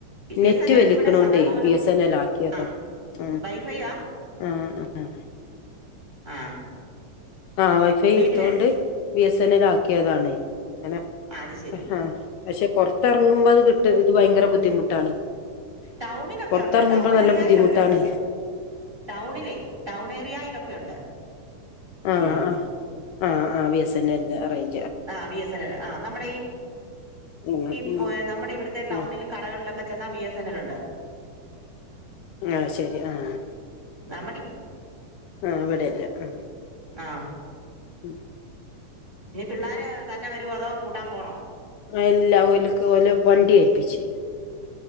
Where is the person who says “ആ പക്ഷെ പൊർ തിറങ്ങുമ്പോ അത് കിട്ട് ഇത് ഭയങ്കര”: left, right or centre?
Left